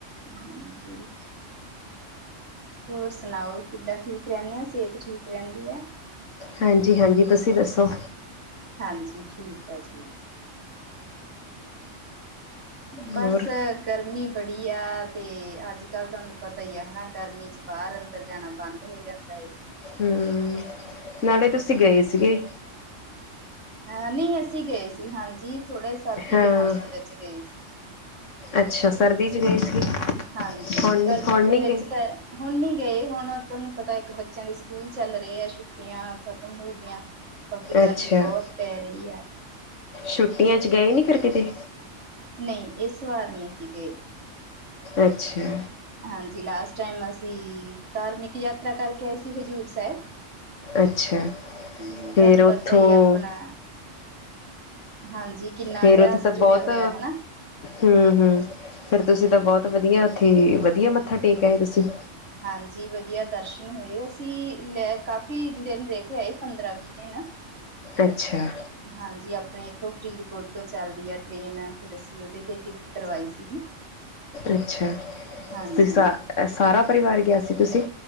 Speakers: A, on the right; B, on the left.
A: ਹੂੰ ਸਹੀ। ਹੋਰ ਸੁਣਾਓ ਕਿੱਦਾਂ ਠੀਕ ਰਹਿੰਨੇ ਓ ਸਿਹਤ ਠੀਕ ਰਹਿੰਦੀ ਐ?
B: ਹਾਂਜੀ- ਹਾਂਜੀ, ਤੁਸੀਂ ਦੱਸੋ?
A: ਹਾਂਜੀ ਠੀਕ ਐ ਜੀ। ਬਸ
B: ਹੋਰ
A: ਐ ਗਰਮੀ ਬੜੀ ਐ ਤੇ ਅੱਜ-ਕੱਲ੍ਹ ਤੁਹਾਨੂੰ ਪਤਾ ਹੀ ਐ ਹਨਾ ਗਰਮੀ ਚ ਬਾਹਰ ਨਿਕਲ ਜਾਣਾ ਬੰਦ ਹੋ ਜਾਂਦਾ ਏ।
B: ਹੂੰ, ਨਾਲੇ ਤੁਸੀਂ ਗੇ ਸੀਗੇ?
A: ਹੈ, ਨਈ ਅਸੀਂ ਗਏ ਸੀ ਹਾਂਜੀ ਥੋੜੇ ਸਰਦੀ
B: ਹਾਂ
A: ਦੇ ਮੌਸਮ ਵਿੱਚ ਗਏ ਸੀਗੇ।
B: ਅੱਛਾ ਸਰਦੀ 'ਚ ਗੇ ਸੀ।
A: ਹਾਂਜੀ
B: ਹੁਣ ਨਹੀਂ
A: ਗਰਮੀ
B: ਹੁਣ
A: ਦੇ
B: ਨਹੀਂ
A: ਵਿੱਚ
B: ਗਏ?
A: ਤਾਂ ਐ ਹੁਣ ਨੀ ਗੇ ਹੁਣ ਤੁਆਨੂੰ ਪਤਾ ਇੱਕ ਬੱਚਿਆਂ ਦੇ ਸਕੂਲ ਚੱਲ ਰਹੇ ਆ ਛੁੱਟੀਆਂ ਖਤਮ ਹੋ ਗਈਆਂ। ਬਾਕੀ ਗਰਮੀ
B: ਅੱਛਾ
A: ਬੋਤ ਪੈ ਰਹੀ ਐ।
B: ਛੁੱਟੀਆਂ ਚ ਗਏ ਨੀ ਫਿਰ ਕਿਤੇ?
A: ਨਈ ਇਸ ਵਾਰ ਨੀ ਅਸੀਂ ਗੇ।
B: ਅੱਛਾ।
A: ਹਾਂਜੀ ਲਾਸਟ ਟਾਈਮ ਅਸੀਂ ਧਾਰਮਿਕ ਯਾਤਰਾ ਕਰਕੇ ਆਏ ਸੀ ਹਜ਼ੂਰ ਸਾਹਿਬ।
B: ਅੱਛਾ
A: ਹੂੰ
B: ਫੇਰ
A: ਤਾਨੂੰ
B: ਉੱਥੋਂ
A: ਪਤਾ ਈ ਆਪਣਾ ਹਾਂਜੀ ਕਿੰਨਾ
B: ਫੇਰ
A: ਇਤਿਹਾਸ
B: ਉੱਥੇ ਤਾਂ
A: ਜੁੜਿਆ
B: ਬਹੁਤ
A: ਹੋਇਆ ਹਨਾ।
B: ਹੂੰ ਹੂੰ ਫੇਰ ਤੁਸੀ ਤਾਂ ਬੋਤ ਵਧੀਆ ਉੱਥੇ ਵਧੀਆ ਮੱਥਾ ਟੇਕ ਆਏ ਤੁਸੀ
A: ਹਾਂਜੀ ਵਧੀਆ ਦਰਸ਼ਨ ਹੋਏ ਸੀ ਲੈ ਕਾਫੀ ਦਿਨ ਰੈ ਕੇ ਆਏ ਪੰਦਰਾਂ ਜਿਦੇ ਨਾ
B: ਅੱਛਾ
A: ਹਾਂਜੀ ਆਪਣੇ ਇੱਥੋਂ ਫਰੀਦਕੋਟ ਤੋਂ ਚੱਲਦੀ ਏ ਟ੍ਰੇਨ ਫਿਰ ਅਸੀਂ ਉਦੇ ਤੇ ਟਿਕਟ ਕਰਵਾਈ ਸੀਗੀ।
B: ਅੱਛਾ
A: ਹਾਂਜੀ,
B: ਤੁਸ ਸਾਰਾ-ਸਾਰਾ ਪਰਿਵਾਰ ਗਿਆ ਸੀ ਤੁਸੀ